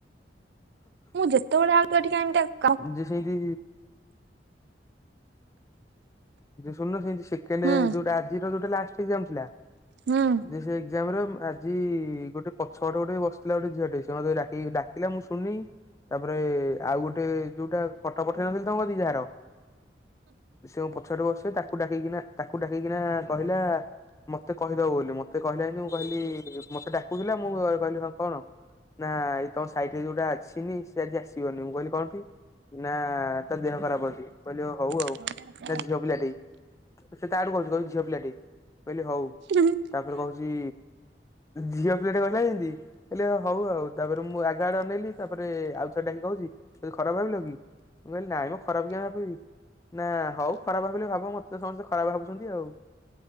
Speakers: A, on the right; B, on the left.
A: ମୁଁ ଯେତେବେଳେ ଆଉ ତୁ ଏଠି <unintelligible>
B: ଯେ ସେ କି ଶୁଣୁନୁ ସେକେଣ୍ଡ
A: ହୁଁ
B: ସେ ଯୋଉଟା ଆଜିର ଯୋଉଟା ଲାଷ୍ଟ ଏକ୍ସାମ୍ ଥିଲା
A: ହୁଁ।
B: ଯେ ସେ ଏକ୍ଜାମ୍ ରେ ଆଜି ଗୋଟେ ପଛପଟେ ଗୋଟେ ବସିଥିଲା ଗୋଟେ ଝିଅଟେ ସେ ମତେ ଡକି ଡାକି ଥିଲା ମୁଁ ଶୁଣିନି। ତାପରେ ଆଉ ଗୋଟେ ଯୋଉଟା ପଟ ପଠ ନଥିଲେି ତମ କତିକି ଯାହାର ସେ ମୋ ପଛଆଡେ ବସେ ତାକୁ ଡାକିକିନା ତାକୁ ଡାକିକିନା କହିଲା ମତେ କହିଦବ ବୋଲି ମତେ କହିଲା ମୁଁ କହିଲି ମତେ ଡାକୁଥିଲା ମୁଁ କହିଲି କଣ ନା ଏଇ ତମ ସାଇଟ୍ ରେ ଯୋଉଟା ଆସିନି ସେ ଆଜି ଆସିବନି, ମୁଁ କହିଲି କଣ? ନା ତା ଦେହ ଖରାପ ଅଛି ମୁଁ କହିଲି ହଉ ଆଉ।
A: <inaudible>
B: ନା ଝିଅ ପିଲାଟିେ ସେ ତା ଆଡୁ କହୁଚି-କହୁଚି ଝିଅ ପିଲାଟିେ ମୁଁ କହିଲି ହଉ।
A: ହୁଁ
B: ତାପରେ କହୁଚି ଝିଅ ପିଲାଟେ କହିଲା ଯେମ୍ତି ହେଲେ ହଉ ଆଉ ତାପରେ ମୁଁ ଆଗଆଡ଼େ ଅନେଇଲି ତାପରେ ଆଉ ଥରେ ଡ଼ାକିକି କହୁଚି ଖରାପ ଭାବିଲ କି ମୁଁ କହିଲି ନାଇ ମ୍ ଖରାପ କାଇଁ ଭାବିବି ନା ହଉ। ଖରାପ ଭାବିଲେ ଭାବ ମତେ ସମସ୍ତେ ଖରାପ ଭାବୁଚନ୍ତି ଆଉ